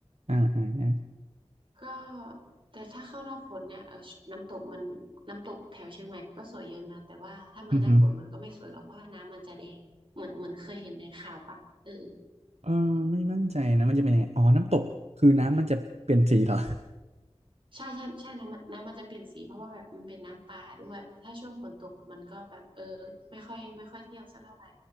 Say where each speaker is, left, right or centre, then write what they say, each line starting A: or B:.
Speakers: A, on the right (about 75°); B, on the right (about 50°).
A: อ่าอ่าอ่า
B: ก็แต่ถ้าเข้าหน้าฝนเนี่ยเออน้ำตกมันน้ำตกแถวเชียงใหม่ก็สวยเยอะนะแต่ว่าถ้ามาหน้าฝนมันก็ไม่สวยหรอกเพราะว่าน้ำมันจะแดงเหมือนเหมือนเคยเห็นในข่าวปะเออ
A: อือฮึเออไม่มั่นใจนะมันจะเป็นยังไงอ๋อน้ำตกคือน้ำมันจะเปลี่ยนสีเหรอ
B: ใช่ใช่ใช่น้ำมันน้ำมันจะเปลี่ยนสีเพราะว่าแบบมันเป็นน้ำปลาด้วยถ้าช่วงฝนตกมันก็แบบเออไม่ค่อยไม่ค่อยเที่ยวสักเท่าไหร่